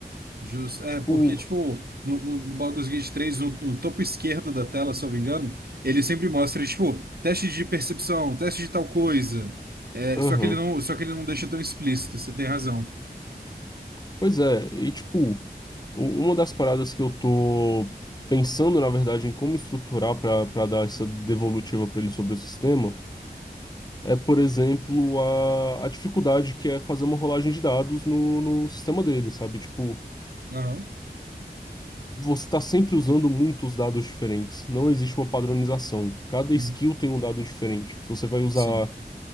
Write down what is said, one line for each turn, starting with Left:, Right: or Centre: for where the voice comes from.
Right: Justo. É,
Left: Tipo,
Right: porque, tipo, no, no, no Baldur's Gate 3, no, no topo esquerdo da tela, se eu não me engano, ele sempre mostra, tipo, teste de percepção, teste de tal coisa. É,
Left: aham.
Right: só que ele não, só que ele não deixa tão explícito, você tem razão.
Left: Pois é, e tipo, u- uma das paradas que eu tô pensando, na verdade, em como estruturar pra para dar essa devolutiva pra ele sobre o sistema. é, por exemplo, a, a dificuldade que é fazer uma rolagem de dados no, no sistema dele, sabe? Tipo,
Right: Aham.
Left: você está sempre usando muitos dados diferentes. Não existe uma padronização. Cada
Right: Uhum.
Left: skill tem um dado diferente. Se você vai usar
Right: Sim.